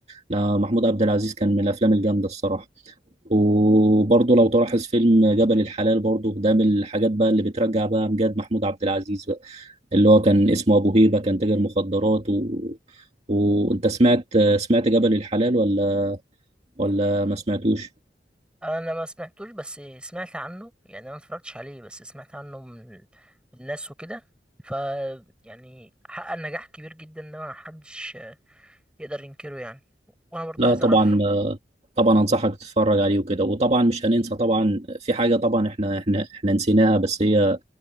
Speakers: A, on the right; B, in the centre.
A: لمحمود عبد العزيز كان من الأفلام الجامدة الصراحة وبرضو لو تلاحظ فيلم جبل الحلال برضو ده من الحاجات بقى اللي بترجع بقى أمجاد محمود عبد العزيز بقى اللي هو كان اسمه أبو هيبة كان تاجر مخدرات و... وأنت سمعت سمعت جبل الحلال ولا ولا ما سمعتوش؟
B: انا ما سمعتوش بس سمعت عنه يعني انا ما اتفرجتش عليه بس سمعت عنه من ال- الناس وكده ف يعني حقق نجاح كبير جدا ده ما حدش يقدر ينكره يعني وانا برضه
A: لا
B: عايز
A: طبعا
B: اعرف
A: طبعا انصحك تتفرج عليه وكده وطبعا مش هننسى طبعا في حاجه طبعا احنا احنا احنا نسيناها بس هي